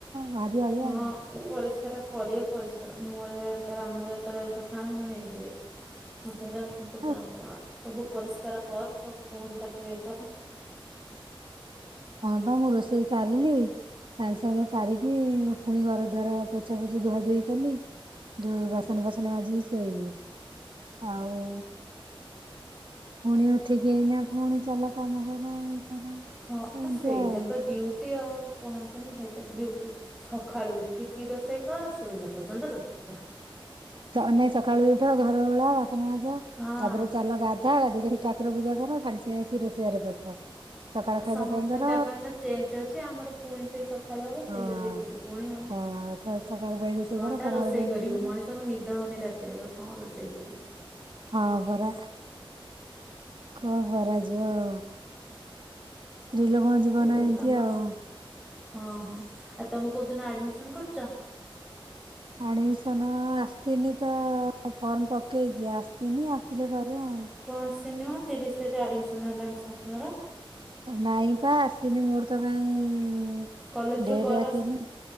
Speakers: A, on the right; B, in the centre.
A: ଭାରି ଅଳିଆ
B: ହଁ
A: ଆଉ
B: ପରିଷ୍କାର କରିବେ ପରିଷ୍କାର ମୋର ଏତେବେଳେ ଆମର ଯେତେବେଳେ ଆଇଁଷ ଖାନ୍ତି ମୁଁ ହେନ୍ତି ହୁଏ। ମତେ ହେରା କୋତ୍ରା
A: ହସ୍
B: ମୋତ୍ରା ମାଡ଼େ ସବୁ ପରିଷ୍କାର କର ସବୁ ପୁଣି ତାକୁ ଇଏ କର।
A: ହଁ ବା ମୁଁ ରୋଷେଇ ସାରିଲି ସାଙ୍ଗେ ସାଙ୍ଗେ ସାରିକି ପୁଣି ଘର ଦ୍ୱାର ପୋଛା ପୋଛିି ଧୁଆ ଧୋଇ କଲି ଦୁ ବାସନ ବାସନ ମାଜିକି ଶୋଇଲି ଆଉ ପୁଣି ଉଠିକି ଏଇନା ପୁଣି ଚାଲ କାମ କର ଇ କର
B: ହଁ
A: ଏମିତି
B: ଆ ସେଇଟା
A: ଆଉ
B: ତ ଡିୟୁଟି ଆଉ କହନ୍ତିନି ହେଇଟା ଡୁୟୁଟି। ସକାଳୁ ଉଠିକି ରୋଷେଇ କର ଶୋଇଲା ପର୍ଯ୍ୟନ୍ତ ରୋଷେଇ କର।
A: ତ ଅନେ ସକାଳୁ ଉଠ ଘର ଓଳା ବାସନ ମାଜ
B: ହଁ।
A: ତାପରେ ଚାଲ ଗାଧା ଗାଧାକରି ଠାକୁର ପୂଜା କର ସାଙ୍ଗ ସାଙ୍ଗେ ଆସିକି ରୋଷେଇ ଘରେ ପଶ ସକାଳ ଖାଇବା
B: ସମସ୍ତେ
A: ପାଇଁ କର
B: ଦେବ ନା ଚେଞ୍ଜ ଅଛି ଆମର ପୁଣି ସେଇ ସକାଳୁ ହବ ସେଇରା
A: ହଁ
B: ରିପିଟ୍ ପୁଣି ଆଉ
A: ହଁ ସକାଳ ପାଇଁ ରୋଷେଇ
B: କଣ
A: କର
B: ଟା
A: ଖରାବେଳ
B: ରୋଷେଇ
A: ପାଇଁ
B: କରିବୁ
A: କର
B: ମଣିଷକୁ ନିଦ ହଉନି ରାତି ରେ କଣ ରୋଷେଇ କରିବୁ।
A: ହଁ ପରା। କଣ କରା ଯିବ ଆଉ। ସ୍ତ୍ରୀ ଲୋକଙ୍କ ଜୀବନ
B: ସେଇଆ
A: ଏମିତି
B: କାମ।
A: ଆଉ।
B: ହଁ ହଁ ଆଉ ତମେ କୋଉଦିନ ଆଡମିସନ କରୁଛ?
A: ଆଡ଼ମିସନ ଆସିନି ତ ଫର୍ମ ପକେଇଛି ଆସିନି ଆସିଲେ କରିବା ଆଉ।
B: କଣ ଆସିନି ମ ତିରିଶ ତାରିଖ ଆଡମିସନ ହେଲାଣି ସମସ୍ତଙ୍କର।
A: ନାଇଁ ପା ଆସିନି ମୋର ତ କାହିଁ
B: କଲେଜ
A: ଡେଟ
B: ରୁ କଲ୍
A: ଆସିନି।